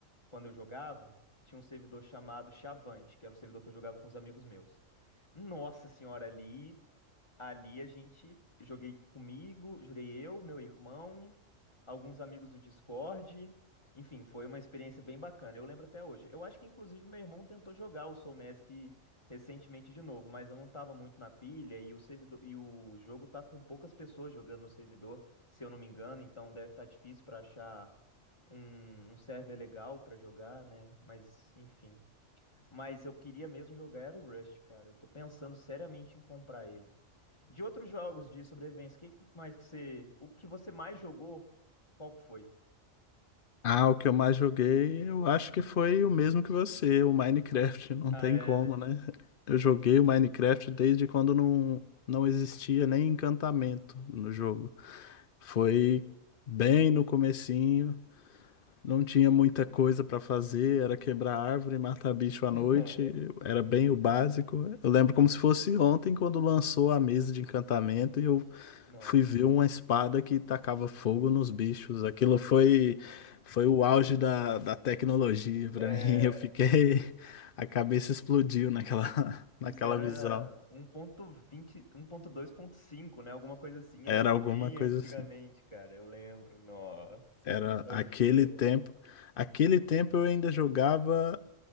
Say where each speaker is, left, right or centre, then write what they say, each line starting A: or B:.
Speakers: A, on the left; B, on the left.
A: quando eu jogava, tinha um servidor chamado Chavante, que era um servidor que eu jogava com os amigos meus. Nossa senhora, ali Ali a gente joguei comigo, joguei eu, meu irmão, alguns amigos do Discord. Enfim, foi uma experiência bem bacana. Eu lembro até hoje. Eu acho que inclusive meu irmão tentou jogar o Soul Mask recentemente de novo, mas eu não estava muito na pilha e o servidor e o jogo tá com poucas pessoas jogando no servidor, se eu não me engano, então deve estar difícil para achar um, um server legal para jogar, né? Mas enfim. Mas eu queria mesmo jogar era o Rust, cara. Eu tô pensando seriamente em comprar ele. De outros jogos de sobrevivência, o que que mais que você, o que você mais jogou, qual que foi?
B: Ah, o que eu mais joguei, eu acho que foi o mesmo que você, o Minecraft, <laughs> não
A: Ah,
B: tem
A: é,
B: como,
A: né?
B: né? Eu joguei o Minecraft desde quando não, não existia nem encantamento no jogo. Foi bem no comecinho, não tinha muita coisa para fazer, era quebrar árvore, matar bicho à
A: <laughs>
B: noite, era bem o básico. Eu lembro como se fosse ontem, quando lançou a mesa de encantamento e eu
A: Não.
B: fui ver uma espada que tacava fogo nos bichos. Aquilo foi, foi o auge da, da tecnologia para
A: É,
B: <laughs> mim. Eu fiquei. A cabeça explodiu naquela, <laughs> naquela
A: isso era
B: visão.
A: 1.20, 1.2.5, né? Alguma coisa assim,
B: Era
A: era
B: alguma
A: bem
B: coisa
A: antigamente,
B: assim.
A: cara, eu lembro. Nossa,
B: Era
A: que nostalgia.
B: aquele tempo. Aquele tempo eu ainda jogava.